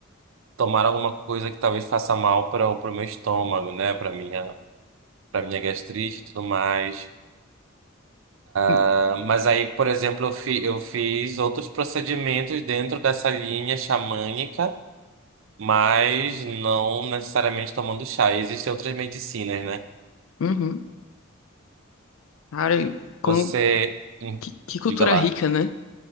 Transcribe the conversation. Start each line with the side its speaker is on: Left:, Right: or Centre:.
Right: tomar alguma coisa que talvez faça mal para o pro meu estômago, né? Para minha, para minha gastrite e tudo mais.
Left: Hum,
Right: Ah, Mas aí, por exemplo, eu, fi, eu fiz outros procedimentos dentro dessa linha xamânica. Mas não necessariamente tomando chá. Existem outras medicinas, né?
Left: Uhum. Cara, e como
Right: Você. hum,
Left: que, que cultura
Right: Diga lá.
Left: rica, né?